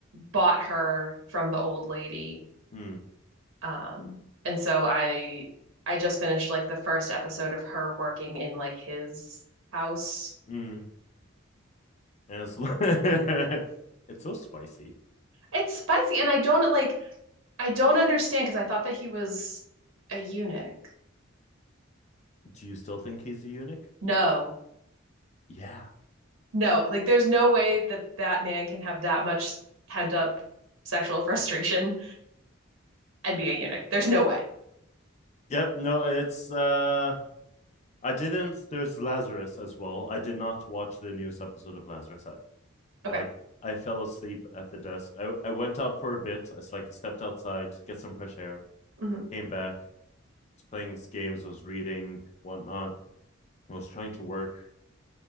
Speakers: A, on the right (about 85°); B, on the left (about 35°).
A: bought her from the old lady.
B: mm,
A: Um, and so I I just finished like the first episode of her working in like his house
B: mm. and it's, <laughs> it's so spicy
A: It's spicy, and I don't like I don't understand because I thought that he was a eunuch.
B: do you still think he's a eunuch
A: No.
B: yeah
A: No, like there's no way that that man can have that much pent up sexual <laughs> frustration and be a eunuch. There's no way.
B: yep no it's uh i didn't there's lazarus as well i did not watch the newest episode of lazarus I, like
A: Okay.
B: i fell asleep at the desk I, I went out for a bit it's like i stepped outside to get some fresh air
A: hmm
B: came back was playing games was reading whatnot I was trying to work,